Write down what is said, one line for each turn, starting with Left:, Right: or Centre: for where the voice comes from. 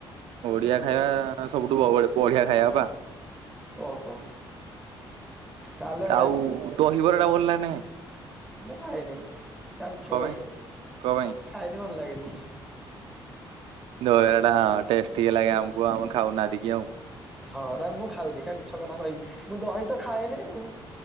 Right: ବଢିଆ ଖାଇବା ସବୁଠୁ ବଢିଆ ଖାଇବା ପା
Centre: ଓହୋ ତାହେଲେ
Right: ଆଉ ଦହିବରା ଟା ଭଲ ଲ ନ
Centre: ମୁଁ ଖାଏନି, କାମ ମିଛ
Right: ପାଇଁ
Centre: କ,
Right: କଣ ପାଇଁ
Centre: ଖାଏନି ଭଲ ଲାଗେନି।
Right: ଦହରା ଟା ହ ଟେ ଲାଗେ ଆମକୁ ଆମେ ଖାଉନାହାନ୍ତି କି ଆଉ
Centre: ଖରା ମୁଁ ଖାଉନି କାଇଁ ମିଛ କଥା କହିବି ମୁଁ ଦହି ତ ଖାଏନି ଉଁ